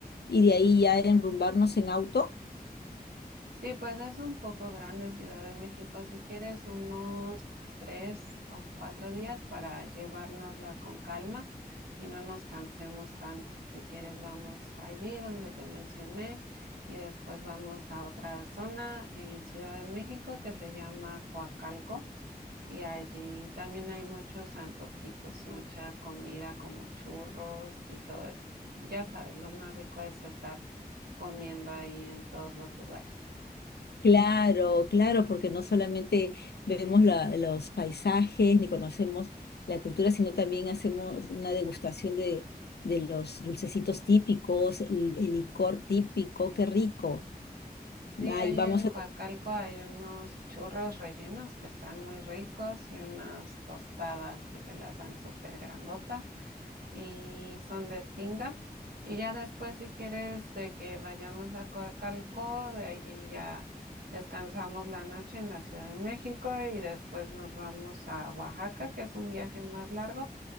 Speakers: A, on the left (about 90°); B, on the right (about 70°).
A: Y de ahí ya enrumbarnos en auto.
B: Sí, pues es un poco grande Ciudad de México. Si quieres unos tres o cuatro días para llevárnosla con calma y no nos cansemos tanto. Si quieres, vamos allí donde te mencioné y después vamos a otra zona en Ciudad de México que se llama Coacalco y allí también hay muchos antojitos, mucha comida como churros y todo eso. Ya sabes, lo más rico es estar comiendo ahí en todos los lugares.
A: Claro, claro, porque no solamente vemos la- los paisajes ni conocemos la cultura, sino también hacemos una degustación de, de los dulcecitos típicos, el, el licor típico, qué rico.
B: Sí,
A: Ay,
B: ahí
A: vamos
B: en
A: a...
B: Coacalco hay unos churros rellenos que están muy ricos y unas tostadas que te las dan súper grandotas y son de tinga. Y ya después, si quieres, de que vayamos a Coacalco, de allí ya descansamos la noche en la Ciudad de México y después nos vamos a Oaxaca, que es un viaje más largo,